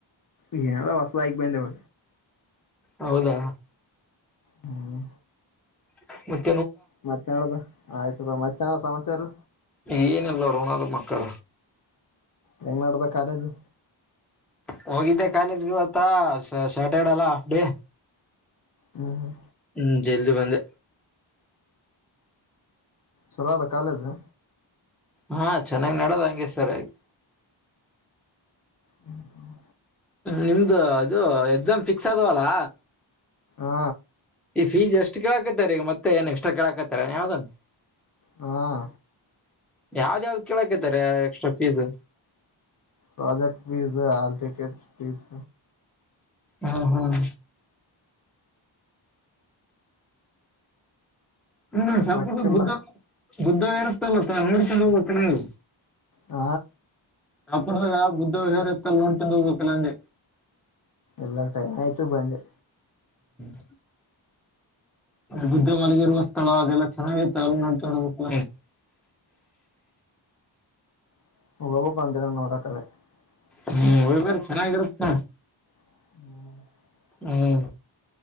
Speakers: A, on the left; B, in the centre.
A: ಏನೇನೋ ಹೊಸದಾಗಿ ಬಂದ್ಯಾವ
B: ಹೌದಾ?
A: ಹ್ಮ್
B: <unintelligible>
A: ಮತ್ತೇನಡದ ಆಯ್ತು ಬಿಡು ಮತ್ತೇನ ಸಮಾಚಾರು?
B: ಏನಿಲ್ಲ ನೋಡದು ಮಕ್ಕಳ
A: ಹೆಂಗ್ ನಡ್ದ ಕಾಲೇಜು?
B: ಹೋಗಿದ್ದೆ ಕಾಲೇಜ್ಗೆ ಇವತ್ತ ಶಾ ಸ್ಯಾಟರ್ಡೆ ಅಲ್ಲ ಹಾಫ್ ಡೇ
A: ಹ್ಮ್ ಹ್ಮ್
B: ಹ್ಮ್ ಜಲ್ದಿ ಬಂದೆ.
A: ಛಲೋ ಅದ ಕಾಲೇಜು?
B: ಹಾಂ ಚೆನ್ನಾಗ್ ನಡೆದ್ ಹಂಗೆ ಸರಿಯಾಗಿ
A: ಹ್ಮ್ ಹ್ಮ್
B: ನಿಮ್ದು ಅದು ಎಕ್ಸಾಮ್ ಫಿಕ್ಸ್ ಆದವಲ್ಲಾ?
A: ಆ
B: ಈ ಫೀಸ್ ಎಷ್ಟ್ ಕೆೇಳಾಕತ್ತಾರೆ ಈಗ ಮತ್ತೆ ಏನ್ ಎಕ್ಸ್ಟ್ರಾ ಕೆೇಳಾಕತ್ತಾರ ಯಾವ್ದನ್
A: ಹಾಂ
B: ಯಾವ್ದ್ ಯಾವ್ದ್ ಕೇಳಕತಾರೆ extra fees
A: project fees hall ticket fees
B: ಹಾಂ ಹಾಂ <unintelligible>
A: ರೊಕ್ಕಿಲ್ಲ
B: ಬುದ್ದ ಇರುತ್ತಲ್ಲತ್ತ ನೋಡ ಚಂದ್ ಹೋಗ್ಬೇಕ ನಗೆ
A: ಆ
B: ನಪಡದಾಗ ಬುದ್ಧ ವಿಹಾರತ್ತ ನೋಡ್ತೊಂಡ ಹೋಗ್ಬೇಕಲ್ಲಂದೆ
A: ಎಲ್ಲ ಟೈಮ್ ಆಯ್ತು ಬಂದ
B: ಹ್ಮ್ ಬುದ್ದ ಮಲಗಿರುವ ಸ್ಥಳ ಅದೆಲ್ಲ ಚೆನ್ನಾಗಿತ್ತು ಅಲ್ಲಿ ನೋಡಬೇಕು
A: <inaudible>
B: ಹ್ಮ್ ಒಯ್ ಬೇ್ರ ಚೆನ್ನಾಗಿರುತ್ತ
A: <inaudible>
B: ಹ್ಮ್